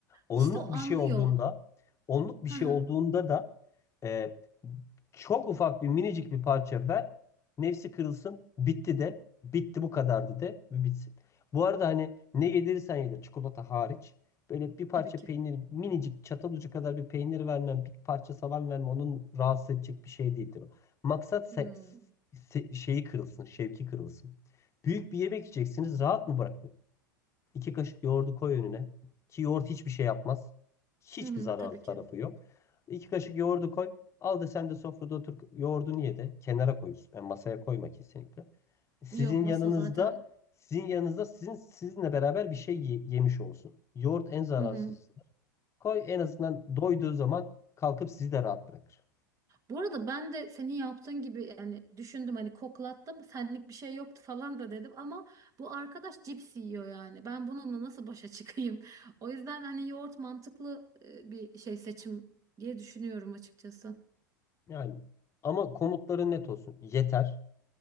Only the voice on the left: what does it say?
Onluk
bir şey olduğunda, onluk bir
şey
olduğunda da e, çok ufak bir minicik bir parça ver. Nefsi kırılsın. Bitti de. Bitti bu kadardı de. Ve bitsin. Bu arada hani ne yedirirsen yedir. Çikolata hariç. Böyle bir parça
peynir minicik çatal ucu kadar bir peynir vermem. Bir parça salam vermem. Onun rahatsız edecek bir şey değildir o. Maksat se-
se- şeyi kırılsın. Şevki kırılsın. Büyük bir yemek yiyeceksiniz. Rahat mı bırak? İki kaşık yoğurdu koy önüne. Ki yoğurt hiçbir şey yapmaz. Hiçbir
zararlı
tarafı
yok. İki kaşık yoğurdu koy. Al da sen de sofrada otur yoğurdunu ye de kenara koy. Yani masaya koyma kesinlikle. Sizin
yanınızda
sizin yanınızda sizin sizinle beraber bir şey ye- yemiş olsun. Yoğurt en zararsız.
Koy en azından doyduğu zaman kalkıp sizi de rahat bırakır.
Yani ama komutları net olsun. Yeter.